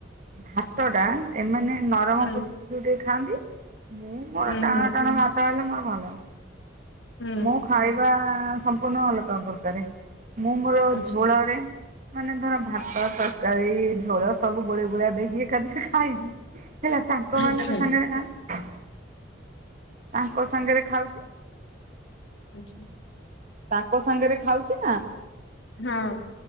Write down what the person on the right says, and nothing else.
ଭା ତ ଟା ଏମାନେ ନରମ
ପୁତୁ ପୁତୁ ଟିକେ ଖାଆନ୍ତି! ମୁଁ ମୋର
ଟାଣ
ଟାଣ ଭାତ ତାହଲେ ମୋର ଭଲ।
ମୋ ଖାଇବା ସମ୍ପୂର୍ଣ ଅଲଗା ପରକାରେ, ମୁଁ ମୋର
ଝୋଳାରେ ମାନେ ଧର ଭାତ ତରକାରୀ ଝୋଳ ସବୁ ଗୋଳେଳି ଗୋଳା ଦେଇକି ଏକାଠି ସେ ଖାଇନି ହେଲା ତାଙ୍କ
ମାନଙ୍କ ସାଙ୍ଗରେ ଖାଉନୁ, ତାଙ୍କ ସାଙ୍ଗରେ ଖାଉଛି
ତାଙ୍କ ସାଙ୍ଗରେ ଖାଉଛି ନା?